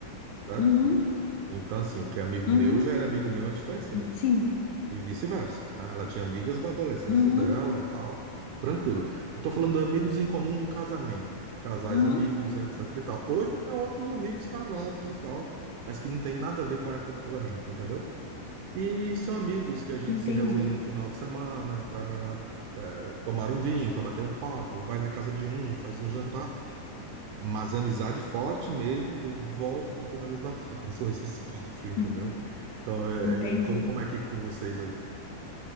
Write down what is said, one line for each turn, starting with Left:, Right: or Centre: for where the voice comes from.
Right: certo?
Left: Uhum,
Right: Então, assim, o que é amigo
Left: uhum.
Right: meu já era amigo meu antes de conhecê-la.
Left: Sim.
Right: e vice-versa, né? Ela tinha amigas da adolescência
Left: Uhum,
Right: dela e tal, tranquilo. Eu tô falando de amigos em comum do casamento, casais
Left: uhum,
Right: amigos, etc e tal. Hoje eu tenho outros amigos casados e tal, mas que não tem nada a ver com a época do casamento, entendeu? E são amigos que a gente
Left: entendi.
Right: se reúne no final
Left: <laughs>
Right: de semana para tomar um vinho, para bater um papo, vai na casa de um, faz um jantar, mas amizade forte mesmo, eu volto a bater na mesma <laughs> tecla, são esses quatro, entendeu?
Left: Hum,
Right: Então, é,
Left: Entendi.
Right: é, como, como é que é com vocês aí?